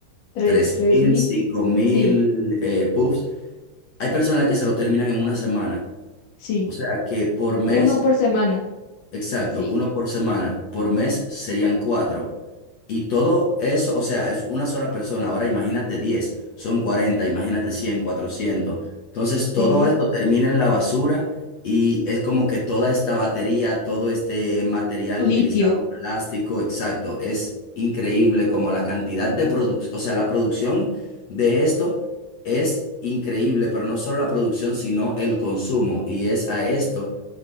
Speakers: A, on the left; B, on the left.
A: Tre-
B: 3.000,
A: ¿Tres mil?
B: 5.000
A: Sí,
B: eh, puffs. Hay personas que se lo terminan en una semana.
A: sí.
B: O sea que por
A: Uno
B: mes,
A: por semana.
B: exacto,
A: Sí,
B: uno por semana, por mes serían cuatro. Y todo eso, o sea, es una sola persona. Ahora imagínate 10, son 40. imagínate 100, 400. Entonces todo
A: sí.
B: esto termina en la basura y es como que toda esta batería, todo este material
A: Litio,
B: utilizado, plástico, exacto, es increíble como la cantidad de producción, o sea, la producción de esto es increíble, pero no solo la producción, sino el consumo. Y es a esto